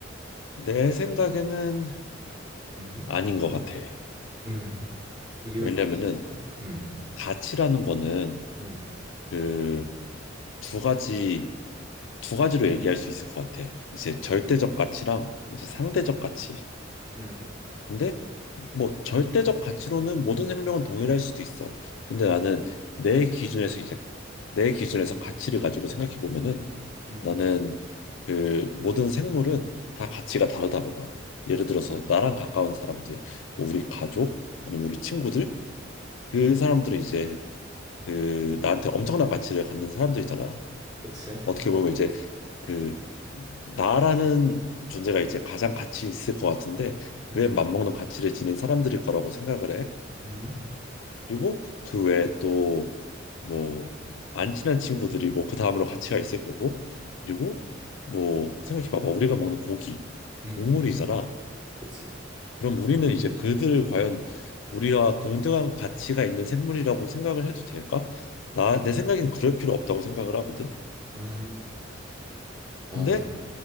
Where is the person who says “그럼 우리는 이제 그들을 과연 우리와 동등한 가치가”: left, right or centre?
Left